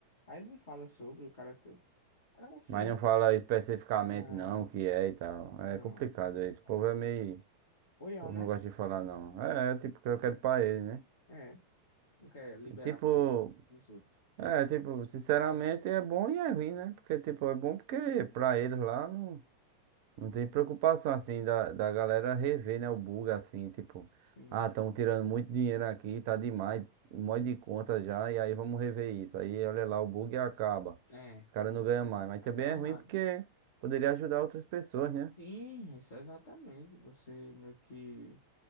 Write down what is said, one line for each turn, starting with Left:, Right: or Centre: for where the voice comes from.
Left: Aí ele me fala sobre, o cara tem. Agora sim,
Right: Mas
Left: eles.
Right: não fala
Left: que-
Right: especificamente
Left: Não,
Right: não o que é e tal.
Left: não.
Right: É complicado isso. O
Left: É.
Right: povo é meio.
Left: Oião,
Right: O povo
Left: né?
Right: não gosta de falar não. É, é tipo, que eu quero pra ele, né?
Left: É, não quer liberar
Right: E, Tipo,
Left: pro, pros outros.
Right: É, tipo, sinceramente é bom e é ruim, né? Porque, tipo, é bom porque pra eles lá não, não tem preocupação, assim, da, da galera rever, né? O bug, assim, tipo,
Left: Sim.
Right: ah, estão tirando muito dinheiro aqui, tá demais, um monte de conta já, e aí vamos rever isso. Aí, olha lá, o bug acaba.
Left: É,
Right: Os caras não ganham mais. Mas
Left: a
Right: também
Left: ideia
Right: é
Left: é errada.
Right: ruim porque poderia ajudar outras pessoas, né?
Left: Sim, isso é exatamente. Você meio que